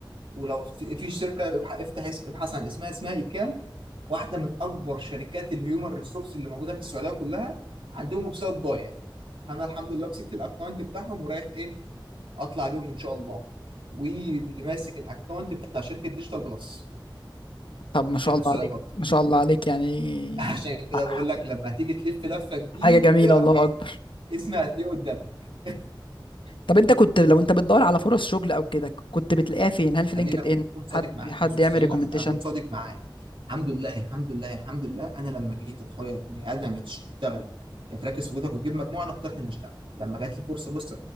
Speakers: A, on the right; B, on the left.
A: ولو في في شركة ابح- افتح اس- ابحث عن اسمها اسمها ايكال واحدة من اكبر شركات الهيومن ريسورس اللي موجودة في السعودية كلها عندهم ويب سايت ضايع انا الحمد لله مسكت الاكونت بتاعهم ورايح ايه اطلع بيهم ان شاء الله واللي ماسك الاكونت بتاع شركة ديجيتال بلس
B: طب ما
A: شركه
B: شاء الله
A: سعوديه
B: عليك
A: برضه
B: ما شاء الله عليك يعني
A: <laughs> عشان كده
B: ح-
A: بقول لك لما تيجي تلف لفه كبيره
B: حاجه جميله
A: قوي
B: الله اكبر
A: اسمي هتلاقيه قدامك <laughs>
B: طب انت كنت لو انت بتدور على فرص شغل او كده كنت بتلاقيها فين هل في
A: خليني
B: لينكد
A: اكون
B: ان
A: صادق
B: حد
A: معاك
B: حد
A: بص بص
B: يعمل
A: خليني
B: ريكومنديشن
A: اكون صادق معاك الحمد لله الحمد لله الحمد لله انا لما جيت اتخير بني ادم يا تشتغل يا تركز في جهدك وتجيب مجموعه انا اخترت اني اشتغل لما جات لي فرصه بص